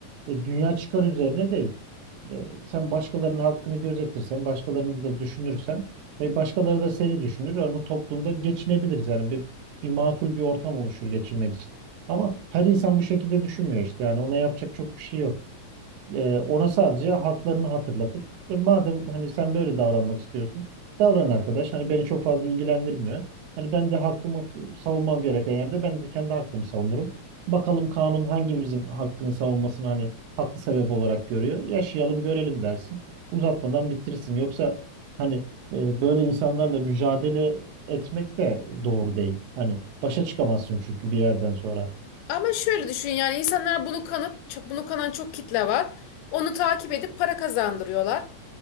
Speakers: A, on the right; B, on the left.
A: e, dünya çıkar üzerine değil. E, sen başkalarının hakkını gözetirsen, başkalarını da düşünürsen ve başkaları da seni düşünür. Yani bu toplumda geçinebiliriz. Yani bir, bir makul bir ortam oluşur geçinmek için. Ama her insan bu şekilde düşünmüyor işte. Yani ona yapacak çok bir şey yok. Ee, ona sadece haklarını hatırlatıp "E, madem hani sen böyle davranmak istiyorsun davran arkadaş. Hani beni çok fazla ilgilendirmiyor. Hani ben de hakkımı savunmam gereken yerde ben de kendi hakkımı savunurum. Bakalım kanun hangimizin hakkını savunmasını hani haklı sebep olarak görüyor. Yaşayalım görelim dersin. Uzatmadan bitirsin. Yoksa hani e, böyle insanlarla mücadele etmek de doğru değil. Hani başa çıkamazsın çünkü bir yerden sonra.
B: Ama şöyle düşün yani insanlar bunu kanıp çok- bunu kanan çok kitle var. Onu takip edip para kazandırıyorlar.